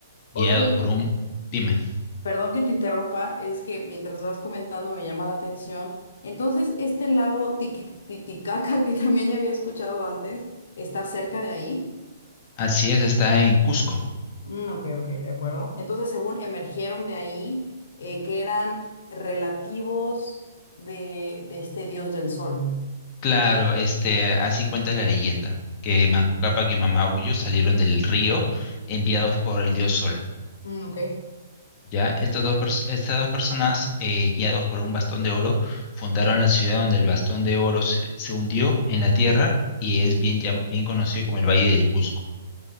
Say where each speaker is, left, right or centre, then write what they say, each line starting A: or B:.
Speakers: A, on the left; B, on the left.
A: guiados
B: Oye.
A: por un... Dime,
B: Perdón que te interrumpa, es que mientras vas comentando me llama la atención. Entonces, este lago Tiqui- Titicaca, <laughs> que también ya había escuchado antes, está cerca de ahí.
A: así es, está en Cusco.
B: Mm, ok, ok, de acuerdo. Entonces, según emergieron de ahí, eh, que eran relativos de, de este dios del sol.
A: Claro, este, así cuenta la leyenda, que Manco
B: Ujú,
A: Cápac y Mamahuyo salieron del río enviados por el dios Sol.
B: mm, ok.
A: Ya, estas dos, pers- estas dos personas, eh, guiados por un bastón de oro, fundaron la ciudad donde el bastón de oro se, se hundió en la tierra y es bien, llam- bien conocido como el Valle del Cusco.